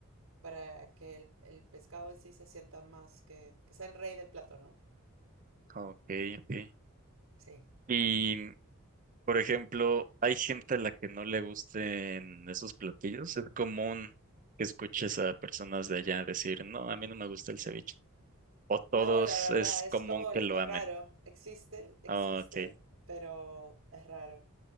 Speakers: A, on the right; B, on the right.
A: para que el, el pescado en sí se sienta más, que, que sea el rey del plato, ¿no?
B: ok, ok.
A: Sí.
B: Y Por ejemplo, hay gente a la que no le gusten esos platillos. Es común que escuches a personas de allá decir, no, a mí no me gusta el ceviche. O todos
A: No, la verdad,
B: es
A: es
B: común
A: como, es
B: que lo amen.
A: raro. Existe, existe,
B: Ah, ok.
A: pero es raro.